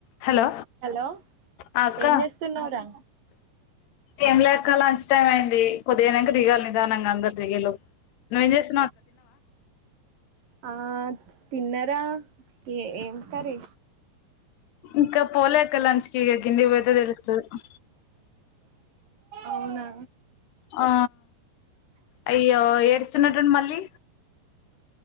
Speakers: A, on the left (about 75°); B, on the right (about 55°).
A: Hello
B: hello
A: ఆ అక్క
B: ఏం చేస్తున్నవురా
A: ఏం లేక్క లంచ్ టైం అయింది కొద్దిగైనంకా దిగాలి నిదానంగా అందరు దిగేలోపు నువ్వేం చేస్
B: ఆ తిన్నరా ఏ ఏం కర్రీ
A: ఇంకా పోలే అక్క లంచ్ దిగి కిందికి పోతే తెలుస్త తిన్నా
B: అవునా
A: ఆ అయ్యో ఏడుస్తున్నట్టుంది మళ్ళీ